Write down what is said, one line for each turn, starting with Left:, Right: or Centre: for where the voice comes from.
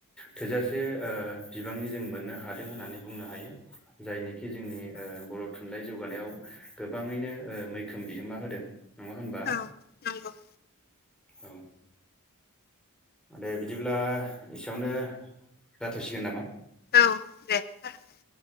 Centre: थोजासे ओ बिबांनि जों मोननो हादों होननानै बुंनो हायो। जायनिखि जोंनि ओ बर' थुनलाइ जौगानायाव गोबाङैनो मैखोम बिहोमा होदों। नङा होनबा
Left: औ नंगौ
Centre: औ। दे बिदिब्ला एसेयावनो जाथ'सिगोन नामा?
Left: औ दे जागोन दे।